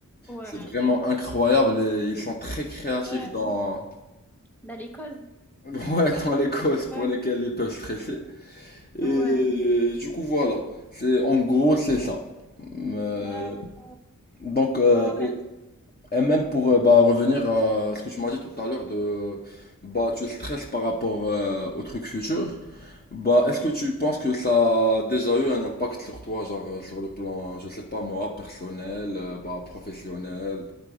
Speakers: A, in the centre; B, on the left.
A: Ouais.
B: c'est vraiment incroyable et ils sont très créatifs
A: Ouais.
B: dans,
A: Dans les causes.
B: <laughs> ouais, dans les causes pour
A: Ouais,
B: lesquelles ils peuvent stresser. Et
A: ouais,
B: du coup, voilà. C'est, en gros, c'est ça. Euh,
A: d'accord.
B: donc, euh,
A: Ouais, ouais.
B: Et même pour euh, bah, revenir à ce que tu m'as dit tout à l'heure de bah tu stresses par rapport euh, au truc futur, bah
A: mhm,
B: est-ce que tu penses que ça a déjà eu un impact sur toi, genre euh, sur le plan, je sais pas moi, personnel, euh, bah professionnel,